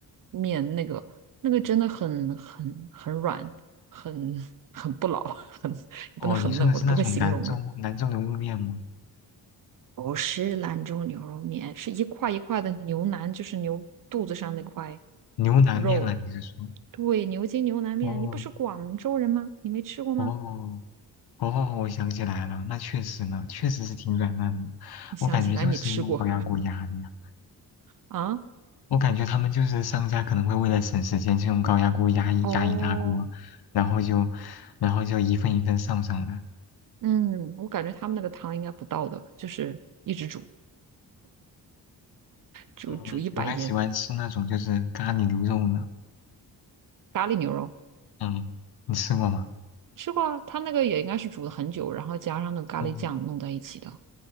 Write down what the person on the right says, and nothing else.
面那个那个真的很很很软，很 <laughs> 很不老，<laughs> 很也不能很嫩，
我都不会形容了。不是兰州牛肉面，是一块一块的牛腩，就是牛肚子上那块
肉。
对，牛筋牛腩面，
你不是广州人吗？你没吃过吗？
你想起来你吃过
啊？
哦，
嗯，我感觉他们那个汤应该不倒的，就是一直煮，煮煮一百年。
咖喱牛肉
吃过啊，他那个也应该是煮了很久，然后加上那个咖喱酱弄在一起的。